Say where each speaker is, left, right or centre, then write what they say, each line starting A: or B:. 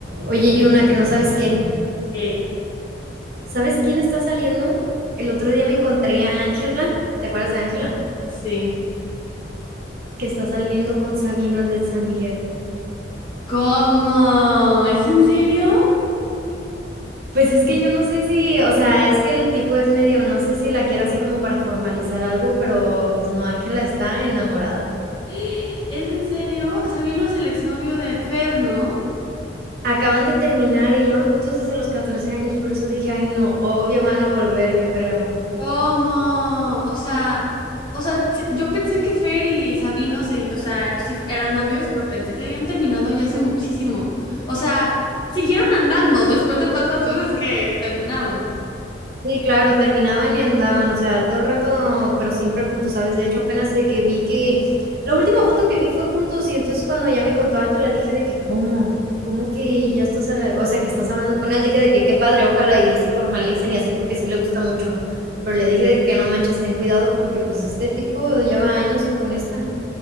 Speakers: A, on the right; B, on the left.
A: Oye, Yuna, que no sabes qué.
B: Sí,
A: ¿Sabes quién está saliendo? El otro día me encontré a Ángela. ¿Te acuerdas de Ángela?
B: sí.
A: Que está saliendo con Sabino, el de San Miguel.
B: ¿Cómo? ¿Es en serio?
A: Pues es que yo no sé si, o sea, es que el tipo es medio, no sé si la quiere así como para formalizar algo, pero pues no, Ángela está enamorada.
B: ¿Es en serio? Sabino es el exnovio de Fer, ¿no?
A: Acaban de terminar y llevan juntos desde los 14 años, por eso dije, ay no, obvio van a volver, yo creo.
B: ¿Cómo? O sea, o sea, t- yo pensé que Fer y Sabino se, o sea, sí fu- eran novios, pero pensé que habían terminado ya hace muchísimo. O sea, siguieron andando después de tantas veces que terminaban.
A: Sí, claro, terminaban y andaban, o sea, todo el rato, pero siempre juntos, ¿sabes? De hecho, apenas de que vi que la última foto que vi fue juntos y entonces cuando ya me contó Ángela dije de que, ¿cómo? ¿Cómo que ya estás, a la- o sea, que estás hablando con él? Dije de que qué padre, ojalá y sí formalicen y así porque sí le gusta mucho. Pero le dije de que no manches, ten cuidado porque pues este tipo lleva años con esta.